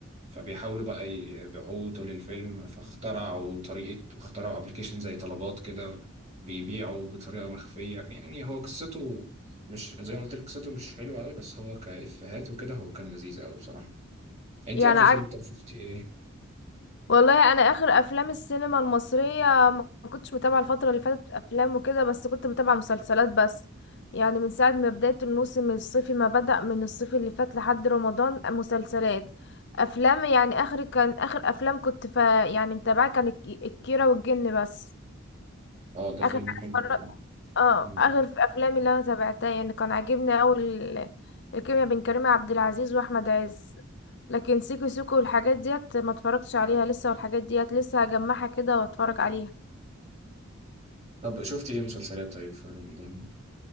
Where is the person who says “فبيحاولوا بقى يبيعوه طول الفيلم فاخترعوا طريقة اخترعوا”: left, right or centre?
Right